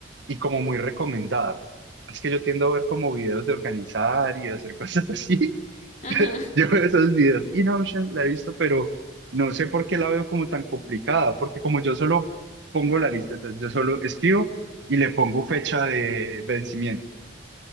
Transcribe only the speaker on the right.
y como muy recomendada. Es que yo tiendo a ver como videos de organizar y de hacer cosas así.
<laughs>
Yo veo esos videos y Notion la he visto, pero no sé por qué la veo como tan complicada, porque como yo solo pongo
la lista, entonces yo solo escribo y le pongo fecha de vencimiento